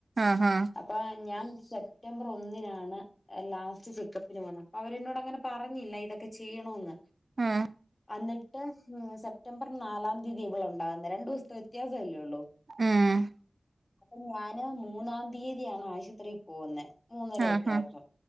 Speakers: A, on the right; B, on the left.
A: ആഹാ
B: അപ്പൊ ഞാൻ സെപ്റ്റംബർ ഒന്നിനാണ് ലാസ്റ്റ് ചെക്കപ്പിന് പോവുന്നെ. അപ്പൊ അവരെന്നോടങ്ങനെ പറഞ്ഞില്ല ഇതൊക്കെ ചെയ്യണന്ന്
A: ഉം
B: അന്നിട്ട് സെപ്റ്റംബർ നാലാം തീയതി ഇവിളുണ്ട് ണ്ടാവുന്നെ. രണ്ട് ദിവസത്തെ വ്യത്യാസവല്ലേള്ളു
A: ഉം
B: അപ്പൊ ഞാന് മൂന്നാം തീയതിയാണ് ആശുപത്രി പോവുന്നേ. മൂന്നരക്കെ
A: ആഹാ
B: ആയപ്പോ